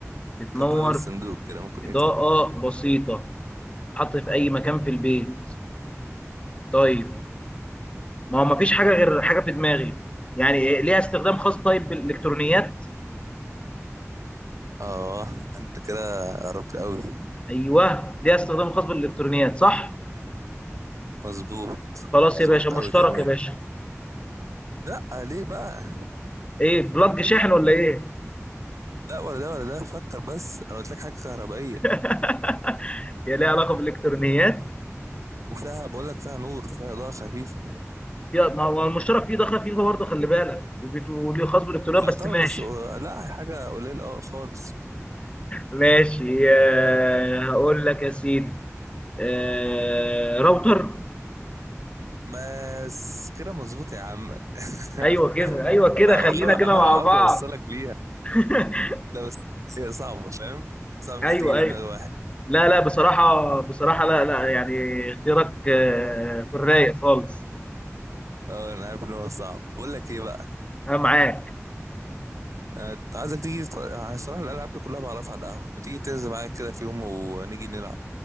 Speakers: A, on the left; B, on the right.
A: بتنور
B: فكر بره الصندوق كده ممكن
A: اضاءه
B: ايه تاني
A: بسيطه حط في اي مكان في البيت طيب ما هو ما فيش حاجه غير حاجه في دماغي يعني إيه، ليها استخدام خاص طيب بالالكترونيات
B: اه انت كده قربت قوي
A: ايوه ليها استخدام خاص بالالكترونيات صح
B: مظبوط
A: خلاص
B: مظبوط
A: يا باشا مشترك
B: قوي كمان
A: يا باشا
B: لا ليه بقى
A: ايه بلج شاحن ولا ايه
B: لا ولا ده ولا ده فكر بس انا قلت لك حاجه كهربائيه
A: <laughs> يا ليها علاقه بالالكترونيات
B: وفيها بقول لك فيها نور فيها اضاءه خفيفه
A: يا ما هو المشترك فيه دخل فيفا برضه خلي بالك وبيت- وليه خاص بالالكترونيات بس
B: يعتبر
A: ماشي
B: بس لا حاجه قليله اه خالص
A: ماشي آه، هقول لك يا سيدي آه، راوتر
B: بس كده مظبوط يا عم <laughs>
A: ايوه كده ايوه كده
B: انا
A: خلينا
B: بحاول
A: كده
B: احاول
A: مع
B: عاوز
A: بعض
B: اوصلك ليها
A: <laughs>
B: لا بس هي صعبه فاهم صعب لا
A: ايوه
B: تيجي
A: ايوه
B: في دماغ واحد
A: لا لا بصراحه بصراحه لا لا يعني اختيارك آه، في الرايق خالص
B: اه انا عارف ان هو صعب بقول لك ايه بقى
A: انا معاك
B: آه، عايزك تيجي تت- أنا الصراحة الألعاب دي كلها بعرفها على القهوة ما تيجي تنزل معايا كده في يوم ونيجي نلعب